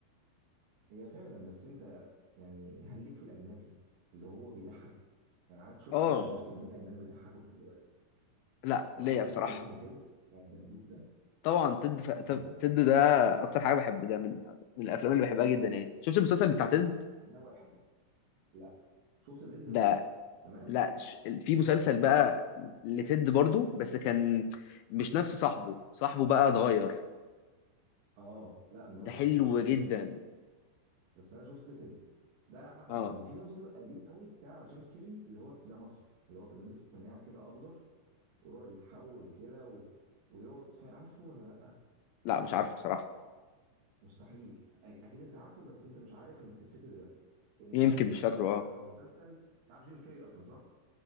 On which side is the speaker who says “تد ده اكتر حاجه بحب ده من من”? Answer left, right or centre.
Left